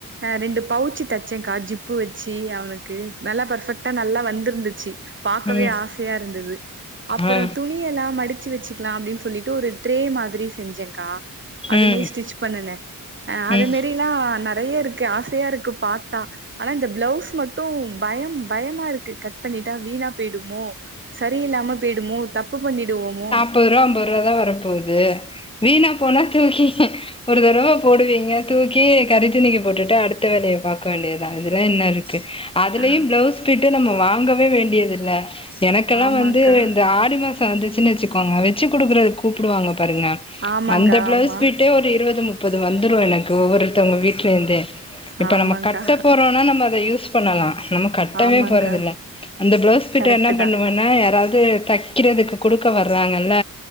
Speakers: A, on the right (about 35°); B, on the left (about 15°).
A: அ ரெண்டு பவுச்சி தச்சேன்கா ஜிப்பு வச்சு அவனுக்கு நல்லா பர்ஃபெக்ட்டா நல்லா வந்திருந்துச்சு பாக்கவே
B: ம்
A: ஆசையா இருந்துது அப்பற
B: ஆ
A: துணி ணி எல்லா மடிச்சு வச்சுக்கலா அப்டின்னு சொல்லிட்டு ஒரு ட்ரே மாதிரி செஞ்சே கா அதுவே
B: ம்
A: ஸ்டிச் பண்ணுனே அத
B: ம்
A: மாரிலாம் நெறைய இருக்கு, ஆசையா இருக் இக்கு பாத்தா ஆனா இந்த பளவுஸ் மட்டும் பயம் பயமா இருக்கு கட் பண்ணிட்டா வீணா போயிடுமோ சரி இல்லாம பேய்டுமோ தப்பு பண்ணிடுவோமோ
B: முப்பது ரூபா ஐம்பது ரூபா தா வரப்போது வீணா போனா தூக்கி ஒரு தடவ போடுவீங்க தூக்கி கறித்துணிக்கு போட்டுட்டு அடுத்த வேலய பாக்க வேண்டியதா இதுல என்ன இருக் க்கு அதுலயு
A: ஆ
B: பிளவுஸ் பிட்டு நம்ம வாங்கவே வேண்டியதில்ல எனக்கெல்லா
A: ஆமாங்க்கா
B: வந்து இந்த ஆடி மாசம் வந்துச்சுனு வச்சுக்கோங்க வச்சு குடுக்குறதுக்கு கூப்பிடுவாங்க பாருங்க
A: ஆமாங்க்கா
B: அந்த பிளவுஸ்
A: ஆமா
B: பிட்டே ஒரு இருவது முப் முப்பது வந்துரும் எனக்கு ஒவ்வொருத்தவங்க வீட்டுல இருந்தே இப்ப
A: ஆமாங்க்கா
B: நம்ம கட்ட போறோம்னா நம்ம அத யூஸ் பண்ணலா நம்ம கட்டவே
A: ஆமாங்க்கா
B: போறது இல்ல அந்த பிளவுஸ் பிட்டு
A: கரெக்ட்
B: என்ன பண்ணுவேனா
A: தா
B: யாராவது தைக்கிறதுக்கு கொடுக்க வர்றாங்கல்ல